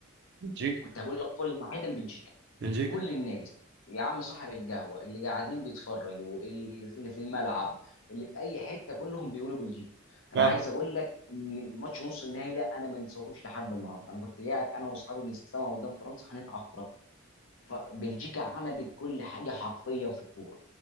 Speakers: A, on the right (about 55°); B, on the left (about 80°).
A: بلجيكا
B: كنت هقول لك قول واحدا بلجيكا
A: بلجيكا
B: كل الناس يا عم صاحب القهوه اللي قاعدين بيتفرجوا اللي في اللي في الملعب اللي في اي حته كلهم بيقولوا بلجيكا انا
A: فعلا
B: عايز اقول لك ان ماتش نص النهائي ده انا ما انساهوش لحد النهارده انا كنت قاعد انا واصحابي بنستمع قدام فرنسا هنتعفرط فبلجيكا عملت كل حاجه حرفيا في الكوره